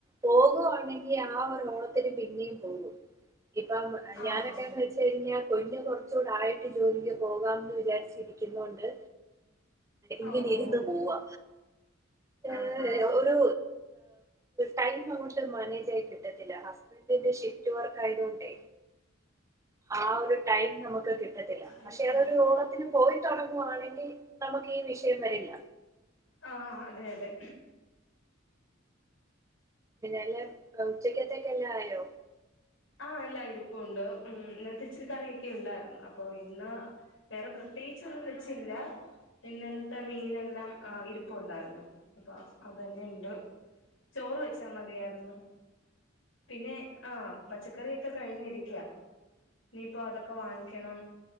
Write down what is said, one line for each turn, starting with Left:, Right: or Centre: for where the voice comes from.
Right: പോകുവാണെങ്കിൽ ആ ഒരു ഓണത്തിന് പിന്നെയും പോകും ഇപ്പം
Left: ആഹ്
Right: ഞാനൊക്കെന്ന് വെച്ച് കഴിഞ്ഞാൽ കുഞ്ഞ് കുറച്ചുകൂടായിട്ട് ജോലിക്ക് പോകാമെന്ന് വിചാരിച്ചിരിക്കുന്നുണ്ട് ഇങ്ങനെ
Left: ഓ ഓ
Right: ഇരുന്ന് പോവാ ഏ
Left: ആഹ് ആഹ്
Right: ഒരു ടൈം ങ്ങട്ട് മനേ യി കിട്ടത്തില്ല ഹസ്ബൻഡിന്റെ ഷിഫ്റ്റ് വർക്ക് ആയതൊണ്ടേ ആ ഒരു ടൈം നമുക്ക് കിട്ടത്തില്ല
Left: ഇരുപത്താറ്
Right: പക്ഷെ അതൊരു ഓണത്തിന് പോയി തുടങ്ങുവാണെങ്കിൽ നമുക്ക് ഈ വിഷയം വരില്ല
Left: ആഹ് അതെ അതെ
Right: പിന്നെല്ല ഉച്ചക്കത്തേക്കെ എല്ലോ ആയോ
Left: ആഹ് എല്ലാം ഇരിപ്പുംണ്ട് ഇന്നലത്തെ ഇച്ചിരി കറിയൊക്കെ ഉണ്ടായിരുന്നു അപ്പൊ ഇന്ന് വേറെ പ്രത്യേകിച്ചൊന്നും വെച്ചില്ല ഇന്നലത്തെ മീനെല്ലാം ആ ഇരിപ്പ ണ്ടായിരുന്നു അപ്പൊ അത് തന്നെ ഉണ്ട് ചോറ് വെച്ചാ മതിയായിരുന്നു പിന്നെ ആഹ് പച്ചക്കറിയോക്കെ കഴിഞ്ഞിരിക്ക ഇനിയിപ്പോ അതൊക്കെ വാങ്ങിക്കണം